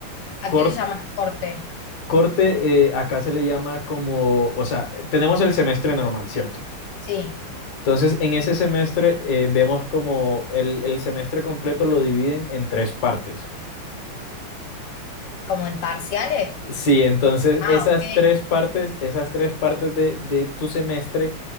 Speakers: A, on the left; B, on the left.
A: cor-
B: a qué le llamas corte?
A: corte, eh, acá se le llama como, o sea, tenemos el semestre normal, ¿cierto?
B: Sí,
A: Entonces, en ese semestre eh, vemos como el, el semestre completo lo dividen en tres partes.
B: como en parciales.
A: Sí, entonces
B: Ah,
A: esas
B: ok,
A: tres partes, esas tres partes de, de tu semestre